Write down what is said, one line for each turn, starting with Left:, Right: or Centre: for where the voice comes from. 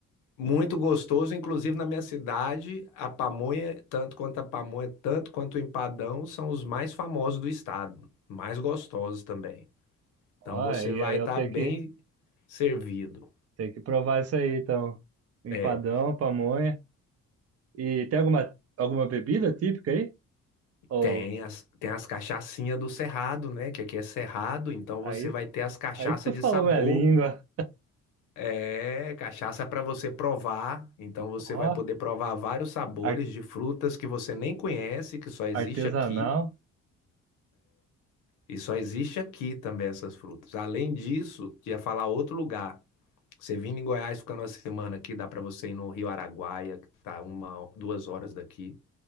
Left: Muito gostoso, inclusive na minha cidade, a pamonha, tanto quanto a pamonha, tanto quanto o empadão, são os mais famosos do estado, mais gostosos também.
Right: Ó,
Left: Então você
Right: e
Left: vai
Right: aí eu
Left: estar
Right: tenho
Left: bem
Right: que,
Left: servido.
Right: tenho que provar isso aí, então. Empadão,
Left: É,
Right: pamonha. E tem alguma, alguma bebida típica aí? Ou
Left: tem as, tem as cachaçinhas do Cerrado, né? Que aqui é Cerrado, então
Right: aí,
Left: você vai ter as cachaças
Right: aí tu falou
Left: de sabor.
Right: minha língua.
Left: É, cachaça para você provar. Então você vai
Right: Ó,
Left: poder provar vários sabores
Right: ar-
Left: de frutas que você nem conhece, que só existe
Right: artesanal.
Left: aqui. E só existe aqui também essas frutas. Além disso, ia falar outro lugar. Você vindo em Goiás, ficando uma semana aqui, dá para você ir no Rio Araguaia, que tá uma, duas horas daqui,